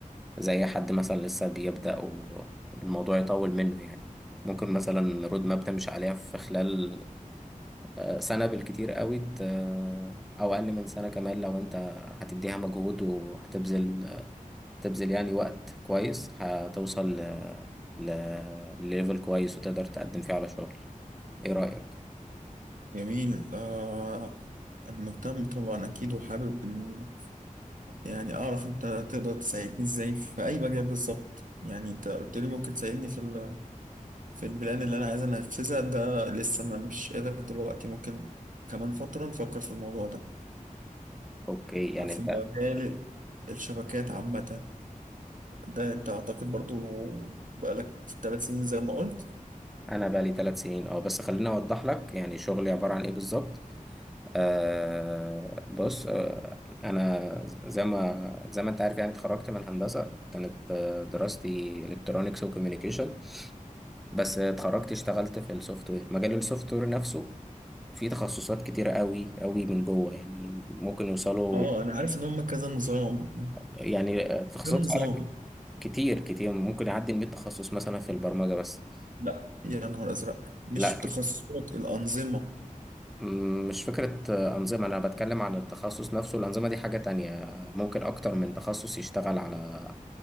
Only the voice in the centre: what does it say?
زي حد مثلا لسه بيبدأ والموضوع يطول منه يعني ممكن مثلا رود ماب تمشي عليها في خلال آه، سنة بالكتير قوي ت- أو أقل من سنة كمان لو أنت هتديها مجهود وهتبذل تبذل يعني وقت كويس هتوصل ل... ل... لليفل كويس وتقدر تقدم فيه على شغل ايه رأيك
اوكي يعني
انت
انا بقى لي ثلاث سنين اه بس خليني اوضح لك يعني شغلي عبارة عن ايه بالظبط آه بص آه انا زي ما زي ما انت عارف يعني اتخرجت من هندسة كانت آه، دراستي الكترونكس وكوميونيكيشن بس اتخرجت اشتغلت في السوفت وير مجال السوفت وير نفسه فيه تخصصات كتيرة قوي قوي من جوه يعني ممكن يوصلوا
يعني تخصصات
فعلا كتير كتير ممكن يعدي ال 100 تخصص مثلا في البرمجة بس
لا
مم، مش فكرة آه، أنظمة أنا بتكلم عن التخصص نفسه الأنظمة دي حاجة تانية آه، ممكن أكتر من تخصص يشتغل على